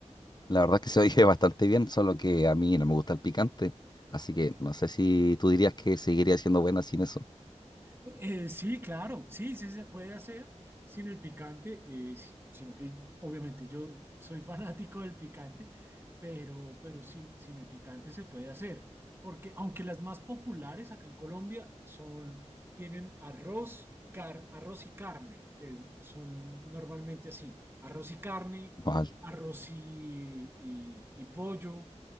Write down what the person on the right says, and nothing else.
Eh, sí, claro, sí, sí se puede hacer sin el picante, eh, si- sino que obviamente yo soy <laughs> fanático del picante, pero, pero sin, sin el picante se puede hacer, porque aunque las más populares acá en Colombia son, tienen arroz, car- arroz y carne, que es- son normalmente así, arroz y carne,
arroz y, y- y pollo,